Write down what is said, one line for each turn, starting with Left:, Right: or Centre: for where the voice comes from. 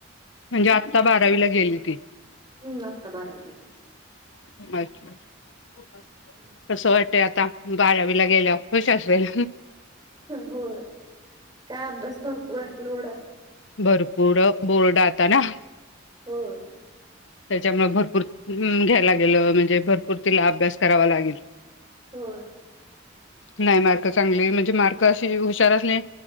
Left: म्हणजे आत्ता बारावीला गेली ती?
Right: हम्म आता बारावीला गेली.
Left: <unintelligible>
Right: हम्.
Left: कसं वाटतय आता बाारावीला गेल्याव? खुश असेल.
Right: होय काय अभ्यास भरपूर आहे, लोड आहे.
Left: भरपूर! बोर्ड आता ना?
Right: होय.
Left: त्याच्यामुळे भरपूर हुं घ्यायला गेलो, म्हणजे भरपूर तिला अभ्यास करावा लागेल.
Right: होय.
Left: नाही मार्क चांगली, म्हणजे मार्क अशी हुशारने